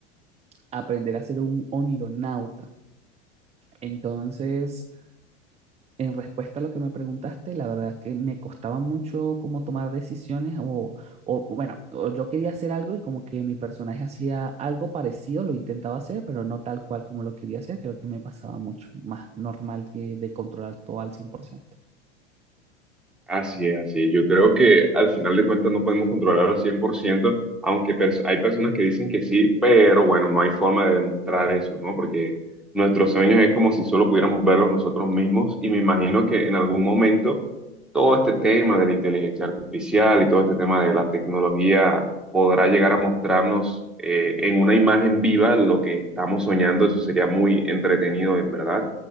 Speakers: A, on the right; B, in the centre.
A: aprender a ser un onironauta. Entonces, en respuesta a lo que me preguntaste, la verdad que me costaba mucho como tomar decisiones o, o bueno, o yo quería hacer algo y como que mi personaje hacía algo parecido, lo intentaba hacer, pero no tal cual como lo quería hacer, creo que me pasaba mucho más normal que de controlar todo al 100%.
B: Así es, así es. Yo creo que al final de cuentas no podemos controlar al 100%, aunque pers- hay personas que dicen que sí, pero bueno, no hay forma de demostrar eso, ¿no? Porque nuestros sueños es como si solo pudiéramos verlos nosotros mismos y me imagino que en algún momento todo este tema de la inteligencia artificial y todo este tema de la tecnología podrá llegar a mostrarnos eh, en una imagen viva lo que estamos soñando. Eso sería muy entretenido, en verdad,